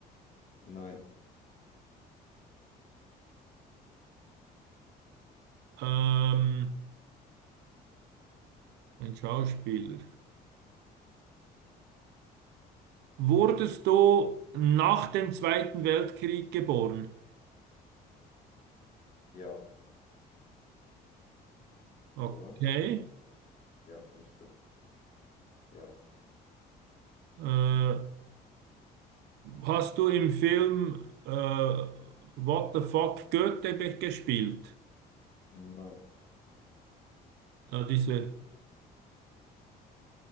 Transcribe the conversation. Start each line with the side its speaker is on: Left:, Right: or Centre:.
Left: Nein.
Right: Ähm, ein Schauspieler. Wurdest du nach dem Zweiten Weltkrieg geboren?
Left: Ja.
Right: Okay.
Left: Oder? Ja, müsste. Ja.
Right: Äh, hast du im Film äh, What the fuck Goethe be- gespielt?
Left: Nein,
Right: Da diese,